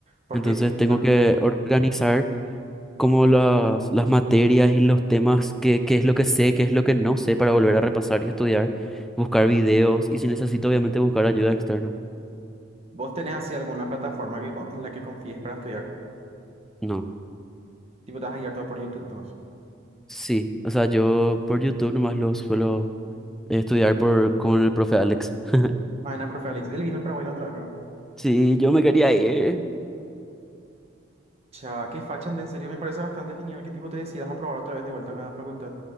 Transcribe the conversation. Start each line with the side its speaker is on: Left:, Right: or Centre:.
Right: Porque
Centre: Entonces tengo
Right: realmente,
Centre: que organizar como las, las materias y los temas, qué, qué es lo que sé, qué es lo que no sé para volver a repasar y estudiar, buscar videos y si necesito obviamente buscar ayuda externa.
Right: vos tenés así alguna plataforma que, con- en la que confíes para estudiar.
Centre: No,
Right: Tipo, te vas a guiar todo por YouTube, nomás.
Centre: sí, o sea, yo por YouTube nomás lo suelo eh, estudiar por, con el profe Alex. <laughs>
Right: Mañana, profe Alex. Él vino en Paraguay la otra vez, ¿verdad?
Centre: Sí, yo me quería ir
Right: Ya, qué facha, Ande, en serio, me parece bastante genial que tipo te decidas a probar otra vez de vuelta a la facultad.